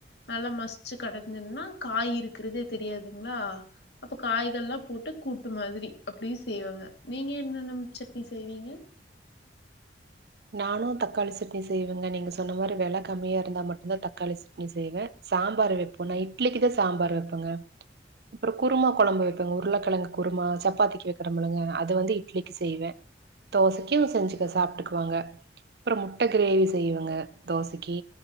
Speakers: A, on the left (about 70°); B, on the right (about 60°).
A: நல்லா மசிச்சு கடைஞ்சோன்னா காய் இருக்கிறதே தெரியாதுங்ளா அப்போ காய்கள்லா போட்டு கூட்டு மாதிரி அப்டியு செய்வங்க நீங்க என்னென்ன சட்னி செய்வீங்க
B: நானு தக்காளி சட்னி செய்வேங்க நீங்க சொன்ன மாரி வெல கம்மியா இருந்தா மட்டுந்தா தக்காளி சட்னி செய்வே சாம்பார் வெப்போ நா இட்லிக்கு தா சாம்பார் வெப்பேங்க அப்புறோ குருமா கொழம்பு வைப்பேங்க உருளக்கெழங்கு குருமா சப்பாத்திக்கு வைக்கிறமுளங்க அத வந்து இட்லிக்கு செய்வே தோசைக்கூ செஞ்சிக்க சாப்ட்டுக்க குவேங்க அப்பறொ முட்ட கிரேவி செய்யவங்க தோசைக்கி